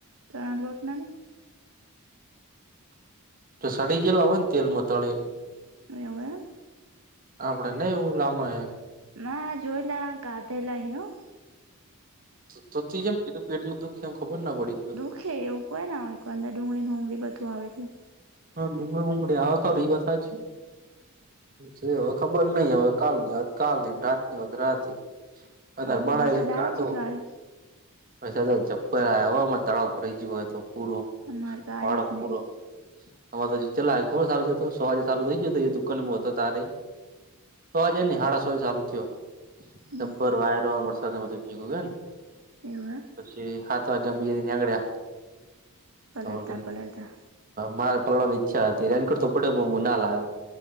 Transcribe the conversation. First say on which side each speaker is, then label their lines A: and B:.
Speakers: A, on the right; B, on the right.
A: ત લોટના
B: <unintelligible>
A: એવવે.
B: આપડને એવું લમાં.
A: ના જોલા ગાધેલા હયો.
B: તો જેમ કીધું પેટ ન દુઃખ એ ખબર ના પડી.
A: ે એવું કોઈ ને હોય કો અંદર ડુંગળી ડુંગળી બધું આવે એટલે.
B: હ લુંગડડી બુંંગુડી આ કર એ કથાચ છે. હવે ખબર નઈ હવે. કાલની વાત કાલની રાતની વાત રાત. અ
A: હારુ
B: દરબણ
A: વરસાદ
B: આવી છે
A: આવે
B: કાટો.
A: એટલો આવ્યો
B: પ સાથે જબ્બર હમાં તળાવ ઉપર ગું હોય તો પૂરો
A: અમારે તો આવ્યો
B: વાડો
A: જ નહી
B: પૂરો. અમા તો ચલા ખબર સારું છે. તો સવાજે સારુ થઈ જયો દુકાનમાં હતો તારે. તોવાજ નને હાડા સોય ચાલુ થયો
A: હમ
B: ગબ્બર વાયરો વરસાદને બધું ભીગું ગને.
A: એવ.
B: પછી હાથ વા ગ્યા મી ગ ગડ્યા
A: પલળતા
B: તોલ.
A: પલળતા
B: મારે પલડવાની ઈચ્છા હતી. એની કરતો પડ્યોું ના લાવ્યો.